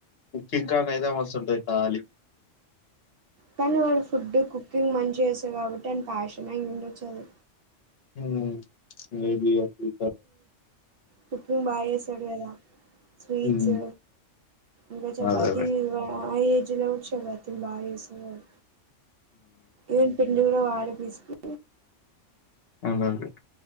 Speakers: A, on the left (about 55°); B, on the right (about 55°).
A: చింకా కైదా వస్తుంటాయ్ కాలి
B: కానీ వాళ్ళ ఫుడ్ కుకింగ్ మంచి చేస్తారు కాబట్టి అని ప్యాషన్ ఇ చదు
A: ఉమ్ ఏది <inaudible>
B: కుక్కంగ్ బాగా చేస్తాడు కదా స్వీట్స్
A: హ్మ్
B: ఇంకా చపాతీ
A: అదే
B: ఆ ఏజ్ లో చపా తి లాగేసున్నరు ఏం పిండి ఆడపిసిపి
A: అలాగె